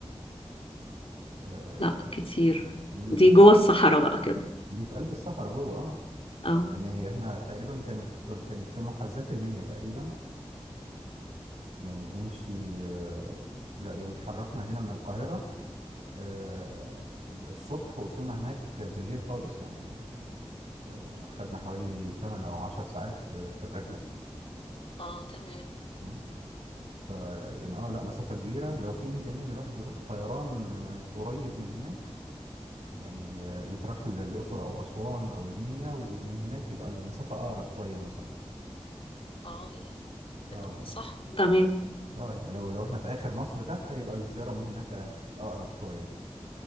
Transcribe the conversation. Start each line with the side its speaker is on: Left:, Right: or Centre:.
Right: آه،
Left: لا كتير
Right: امم
Left: دي جوه الصحراء بقى كده
Right: دي في قلب الصحراء جوه اه
Left: اه
Right: يعني هي احنا تقريبا كانت كن- كانت في محاذاه المنيا تقريبا يعني بنمشي آه، لا يعني اتحركنا هنا من القاهره آه، الصبح وصلنا هناك بالليل خالص يعني آه، خدنا حوالي 8 او 10 ساعات آه، في الرحله
Left: اه تمام
Right: مم. ف يعني اه لا مسافه كبيره لو في امكانيه ان الواحد يروح طيران آه، قريب من هناك يعني آه، يتراح ل- للأقصر أو أسوان أو المنيا ومن هناك يبقى المسافة أقرب شوية مثلا
Left: اه يعني
Right: اه
Left: كده
Right: يعني
Left: صح تمام
Right: اه يعني لو لو احنا في آخر مصر تحت يبقى الزيارة من هناك آه، أقرب شوية